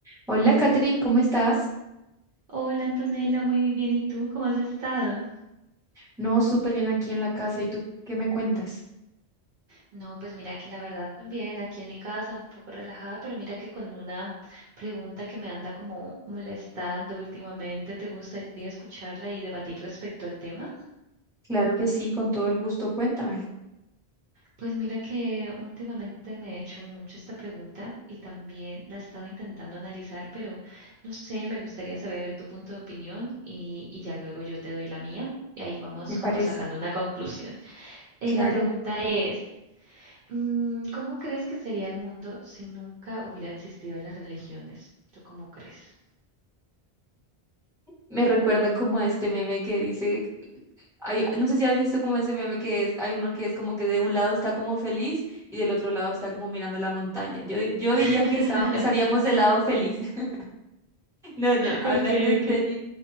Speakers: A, in the centre; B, on the right (about 60°).
A: Hola, Catherine, ¿cómo estás?
B: Hola Antonella, muy bien. ¿Y tú cómo has estado?
A: No, súper bien aquí en la casa. ¿Y tú qué me cuentas?
B: No, pues mira que la verdad también aquí en mi casa un poco relajada, pero mira que con una pregunta que me anda como molestando últimamente, ¿te gustaría escucharla y debatir respecto al tema?
A: Claro que sí, con todo el gusto. Cuéntame,
B: Pues mira que últimamente me he hecho mucho esta pregunta y también la he estado intentando analizar, pero no sé, me gustaría saber tu punto de opinión y, y ya luego yo te doy la mía. Y ahí vamos
A: me parece.
B: como sacando una conclusión. Eh,
A: Claro.
B: la pregunta es, Mm, ¿Cómo crees que sería el mundo si nunca hubiera existido las religiones? ¿Tú cómo crees?
A: Me recuerda como a este meme que dice, hay, no sé si has visto como ese meme que es, hay uno que es como que de un lado está como feliz y del otro lado está como mirando la montaña. Yo, yo
B: <laughs>
A: diría que está- estaríamos del lado feliz. <laughs> No, no, hablando
B: Okay,
A: en
B: okay.
A: serio.